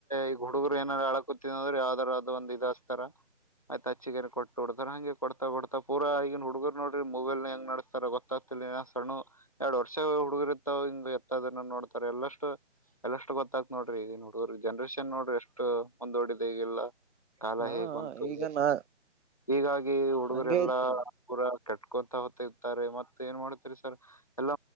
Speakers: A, on the left; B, on the right.
A: ಈಗ, ಹುಡುಗರು, ಏನಾರ? ಆಳಕುತಿದು, ಅಂದ್ರರು ಯಾವ್ದಾರರು? ಅದ ಒಂದ್, ಇದು ಅಸ್ತರ! <inaudible> ಆಯ್ತ್, ಅಚ್ಚಗನ್, ಕೊಟ್ನೋಡುತಾನೆ, ಹಂಗೆ ಕೊಡ್ತಾ, ಕೊಡ್ತಾ, ಪೂರ, ಈಗನ್, ಹುಡುಗರು ನೋಡ್ರಿ? <inaudible> ಮೊಬೈಲ್, ಹೆಂಗು, ನಡಸ್ತಾರ, ಗೊತ್ತಾಗ್ತಿ! ಸಣ್ಣ ಎರಡ್, ವರ್ಷ, ಹುಡುಗಿರ್ತ, ಹಿಂಗ, ಎತ್ತದನ್ನ ನೋಡ್ತಾರೆ? <inaudible> ಲಾಸ್ಟು. <inaudible> ಎಲ್ಲಷ್ಟು, ಗೊತ್ತಾಗ್ತ ನೋಡ್ರಿ! ಈಗ ನೋಡ್ರಿ ಜನ್ರೇಷನ್, ನೋಡ್ರಿ, ಎಷ್ಟ್, ಮುಂದಓಡಿದೆ ಈಗೆಲ್ಲಾ? <inaudible> ಕಾಲ,
B: ಹಾ
A: ಹೇಗ್, ಬಂತು!
B: ಈಗ ನಾ
A: ಹೀಗಾಗಿ, ಹುಡುಗರೆಲ್ಲಾ
B: ಹಂಗೆ ಐತಿ
A: ಪುರಾ, ಕೆಟ್ಟು. <inaudible> ಮತ್ತೇರುತ್ತಾರೆ ಮತ್ತು, ಏನ್ ಮಾಡ್ತರಿ! ಸರ್ ಎಲ್ಲ,